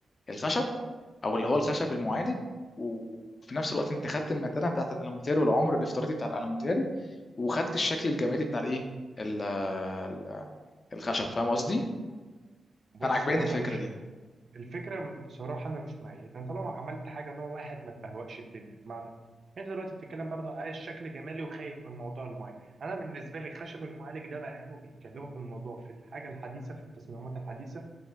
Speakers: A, on the left (about 55°); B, on the right (about 55°).
A: الخشب او اللي هو الخشب المعادن وفي نفس الوقت انت خدت المتانه بتاعت الالوميتال والعمر الافتراضي بتاع الالوميتال وخدت الشكل الجمالي بتاع الايه ال- ال- الخشب فاهم قصدي
B: بص
A: فانا عجباني
B: هو
A: الفكره
B: انا مش
A: دي
B: الفكرة بصراحة انا مش مؤيدها انت لو عملت حاجة نوع واحد ما تبهوأش الدنيا بمعنى انت دلوقتي بتتكلم برضه على عايز شكل جمالي وخايف من موضوع المايه انا بالنسبه لي خشب المعالج ده بقى له بيتكلموا في الموضوع في الحاجه الحديثه في التصميمات الحديثه